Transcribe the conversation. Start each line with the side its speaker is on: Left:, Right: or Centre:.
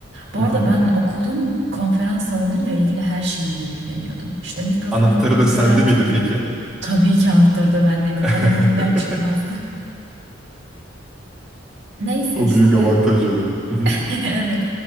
Right: Bu
Centre: Hı
Right: arada
Centre: hı.
Right: ben okulun konferans salonuyla ilgili her şeyiyle ilgileniyordum. İşte mikrofonları
Centre: Anahtarı da sende
Right: düzeltiyordum.
Centre: miydi peki?
Right: Tabii ki anahtarı da bendeydi.
Centre: <laughs>
Right: Kalem elimden çıkmazdı. <laughs>
Centre: O
Right: Neyse işte.
Centre: büyük avantaj
Right: <laughs>
Centre: oluyor. Hı hı.
Right: Evet.